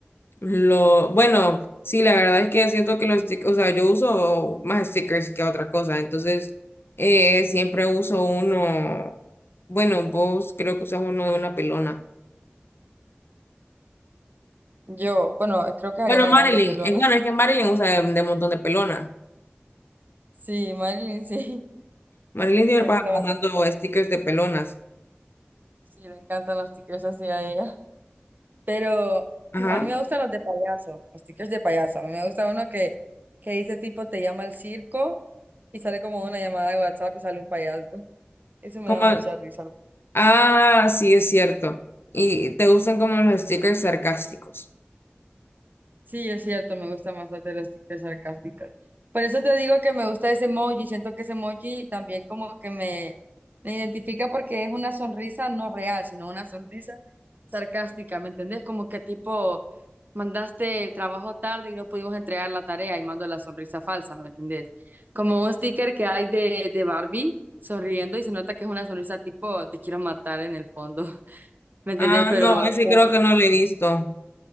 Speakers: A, on the left; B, on the right.
A: Lo, bueno, sí, la verdad es que siento que los stickers, o sea, yo uso más stickers que otra cosa, entonces eh, siempre uso uno, bueno, vos creo que usas uno de una pelona.
B: Yo, bueno, creo que Ariana
A: Bueno, Marilyn,
B: Grande pelona.
A: es bueno,
B: <laughs>
A: es que Marilyn usa de, de un montón de pelonas.
B: Sí, Marilyn sí,
A: Marilyn
B: <laughs>
A: siempre
B: le
A: pasa
B: gusta bastante.
A: mandando stickers de pelonas.
B: Sí, le encantan los stickers así a ella. Pero
A: Ajá.
B: a mí me gustan los de payaso, los stickers de payaso. A mí me gusta uno que, que dice tipo, te llama el circo y sale como una llamada de WhatsApp y sale un payaso. <laughs> Eso me
A: Como,
B: da mucha risa.
A: ah, sí, es cierto. Y te gustan como los stickers sarcásticos.
B: Sí, es cierto, me gustan bastante las TikToks sarcásticas. Por eso te digo que me gusta ese emoji, siento que ese emoji también como que me, me identifica porque es una sonrisa no real, sino una sonrisa sarcástica, ¿me entendés? Como que tipo, mandaste el trabajo tarde y no pudimos entregar la tarea y mando la sonrisa falsa, ¿me entendés? Como un sticker que hay de, de Barbie sonriendo y se nota que es una sonrisa tipo, te quiero matar en el fondo, <laughs> ¿me entendés?
A: Ah,
B: Pero...
A: no, ese creo que no lo he visto.